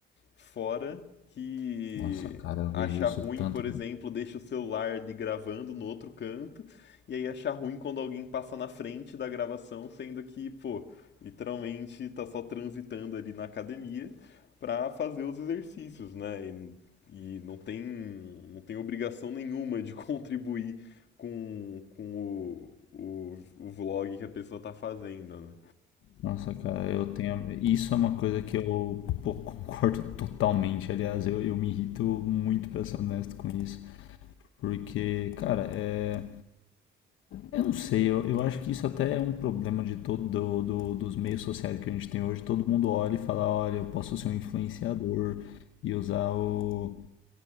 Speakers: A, on the left; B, on the left.
A: Fora que
B: Nossa, cara, eu
A: acha
B: vejo isso
A: ruim,
B: tanto.
A: por exemplo, deixa o celular ali gravando no outro canto, e aí acha ruim quando alguém passa na frente da gravação, sendo que, pô, literalmente tá só transitando ali na academia para fazer os exercícios, né? E, e não tem, não tem obrigação nenhuma de <laughs> contribuir com, com o, o, o vlog que a pessoa tá fazendo, né?
B: Nossa, cara, eu tenho. Isso é uma coisa que eu pô, concordo totalmente. Aliás, eu, eu me irrito muito, pra ser honesto com isso. Porque, cara, é. Eu não sei, eu, eu acho que isso até é um problema de todo do, do- dos meios sociais que a gente tem hoje. Todo mundo olha e fala, olha, eu posso ser um influenciador e usar o,